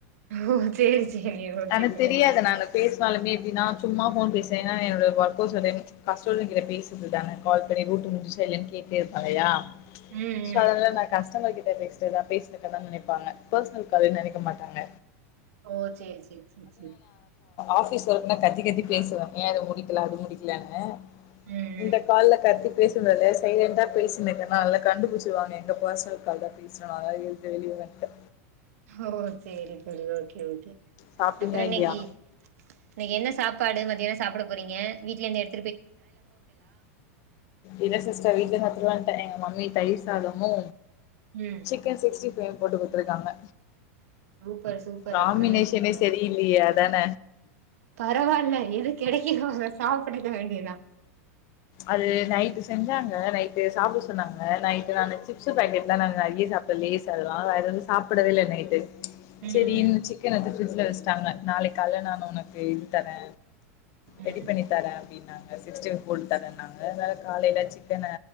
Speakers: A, on the right; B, on the left.
A: ஓ சேரி சேரி ஓகே
B: எனக்கு
A: தோழி
B: தெரியாதனால பேஸ்னாலுமே எப்டின்னா சும்மா ஃபோன் பேசுனா என்னோடய ஒர்க்கர்ஸோட கஸ்டமர்ஸ் கிட்ட பேஸ்ரதுதான கால் பண்ணி டூட்டி முடிஞ்சா இல்லையானு கேட்டே இருப்பாங்கள்ளையா ச்
A: ம்
B: சோ
A: ம்
B: அதனால நான் கஷ்டமர் கிட் டமர்ஸ்ட பேசுறேன்தா பேசிட்ருக்கதா நெனைப்பாங்க ஃபர்சனல் கால்னு நெனைக்க மாட்டாங்க
A: ஓ சேரி சேரி சேரி சேரி
B: ஆபிஸ் ஒர்க்னா கத்தி கத்தி பேசுவேன் ஏன் அத முடிக்கல அது முடிக்கலனு
A: ம் ம்
B: இந்த கால்ல கத்தி பேசுறதுல்லா சைலண்ட்டா பேசினுக்கேனா அதுனால கண்டுபுட்ச்சிருவாங்க எங்க பர்சனல் கால் தா பேசுறோ அதனால எழுந்து வெளிய வந்ட்டே
A: ஓ சேரி சேரி ஓகே ஓகே
B: சாப்ட்டீங்களா
A: அப்பறோ இன்னிக்கு
B: இல்லையா
A: இன்னிக்கு என்ன சாப்பாடு மத் என சாப்ட போறீங்க வீட்லந்து எடுத்
B: இல்ல சிஸ்டர் வீட்லந்து எடுத்துட்டு வன்ட்டே எங்க மம்மி தயிர் சாதமு
A: ம்
B: சிக்கன் சிக்ஸ்டி ஃபைவ் போட்டு குடுத்துருக்காங்க
A: சூப்பர் சூப்பர்
B: காம்பினேஷனே
A: அப்றோ என்ன சாப்ட
B: செரி இல்லையே அ அதான
A: பரவால்ல எது கெடைக்கிதோ அத சாப்டு ட வேண்டிதா
B: அது நைட்டு செஞ்சாங்க நைட்டு சாப்ட சொன்னாங்க நைட்டு நானு சிப்ஸ்சு பாக்கெட்லா நாங்க அங்கயே சாப்பல்ல லேஸ் அதுலா வேற எதும் சாப்டவே இல்ல நைட்டு ச்
A: ம்
B: செரீன்னு
A: ம்
B: சிக்கன் எடுத்து ஃப்ரிட்ஜில வச் தாங்க நாளேக் காலேல நாங்க உனக்கு இது தரே ரெடி
A: ம்
B: பண்ணி தரே அப்டின்னாங் சிக்ஸ்டீ ஃபைவ் <unintelligible> தரேனாங்க அதால காலையில சிக்கன